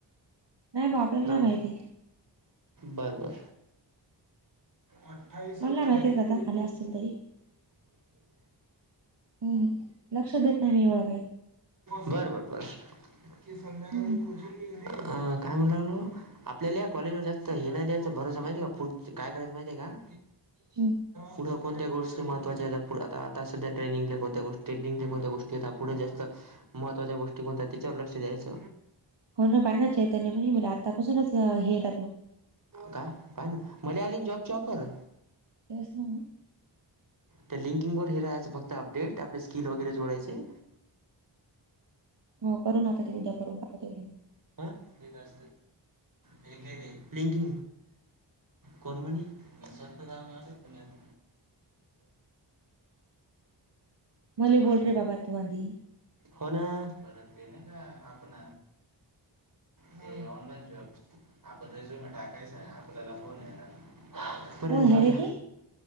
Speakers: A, on the right (about 65°); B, on the right (about 45°).
A: नाही बा आपल्याला
B: राह
A: नाही माहिती
B: दे बर बर. अठ्ठावीस
A: मला नाही
B: डायरेट..
A: माहिती रे दादा आले असतील तरी हम्म लक्ष देत नाही मी एवढं काही
B: बर बर बर. अ
A: हम्म
B: काय म्हणू लागलो आपल्याला या कॉलेजवर जास्त.. तर हे नाही द्यायच भरोस माहित आहे का पु काय करायचं माहित आहे का
A: हम्म.
B: पुढे,. कोणत्या गोष्टीहत्वाच्या आहेतता पु आता आता सध्या ट्रेनिंगले कोणत्या गोष्ट ट्रेनिंगले कोणत्या गोष्टी आहेतता पुढे जास्त. महत्त्वाच्या गोष्टी कोणत्या त्याच्यावर लक्ष द्यायच.
A: हो ना बाहि ना चैतन्य म्हण आतापासूनच हेेत...
B: काय काय ना मला आलीन जॉबच्या ऑफर.
A: त्याचन..
B: त्या लिंकिंग वर हे राहायचं फक्त अपडेट आपले स्किल वगैरे जोडायचे.
A: हो करून आात ते उद्या करून टाकत एवढे.
B: हत का पकि कोण म्हणे. मसत का ना.
A: मले
B: माझ..
A: बोल रे बाबा तू आधी
B: हो ना, परत ना का आपण. न द जॉब. पज टाकायचं आपल्याला फोन आहे ना प
A: कोण
B: जाऊ
A: हे रे
B: द्या.
A: ते